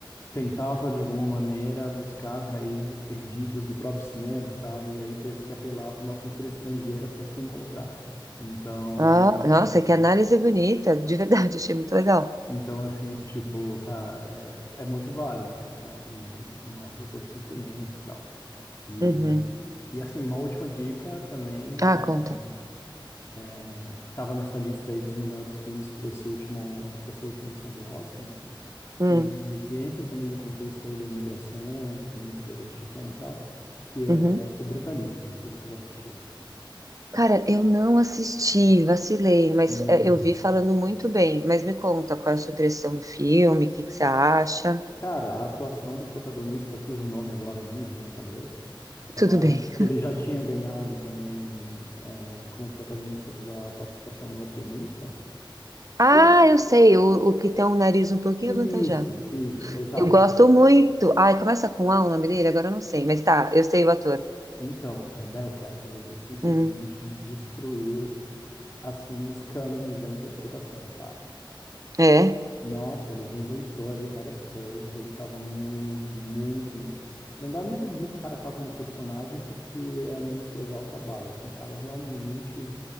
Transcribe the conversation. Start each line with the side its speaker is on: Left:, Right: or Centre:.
Left: tentava, de alguma maneira, buscar as raízes perdidas do próprio cinema, sabe? E aí teve que apelar para uma cultura estrangeira para se encontrar. Então,
Right: Ah, nossa, que análise bonita. De verdade, <laughs> achei muito legal.
Left: então assim, tipo, cara, é, é muito válido, assim, né? E, e mostra todo o sofrimento e tal. E,
Right: Uhum.
Left: e assim, uma última dica também
Right: Ah,
Left: é,
Right: conta.
Left: né, que estava nessa lista aí dos melhores filmes para esse último, para essa última edição do Oscar.
Right: Hum,
Left: e que entra também no contexto aí da imigração, que tem no Poderoso Chefão e tal, que é
Right: uhum.
Left: O Brutalista. Não sei se tu já assistiu.
Right: Cara, eu não assisti, vacilei, mas
Left: Hum.
Right: é, eu vi falando muito bem. Mas me conta qual é a sua impressão do filme, o que que você acha?
Left: Cara, a atuação do protagonista, cujo nome agora não me vem à cabeça, mas
Right: Tudo bem.
Left: que ele já tinha ganhado também é, como protagonista pela participação no O Pianista.
Right: Ah,
Left: O-
Right: eu sei, o, o que tem um nariz um pouquinho avantajado.
Left: Isso, isso, exato.
Right: Eu gosto muito. Ai, começa com A o nome dele? Agora eu não sei, mas tá, eu sei o ator.
Left: Então, Rebeca, ele simplesmente
Right: Uhum.
Left: destruiu assim os cânones da interpretação, cara.
Right: É,
Left: Nossa, ele reinventou ali várias coisas, ele tava muito, muito no. Não dá nem pra dizer que o cara tava no personagem, porque é menosprezar o trabalho, assim, o cara realmente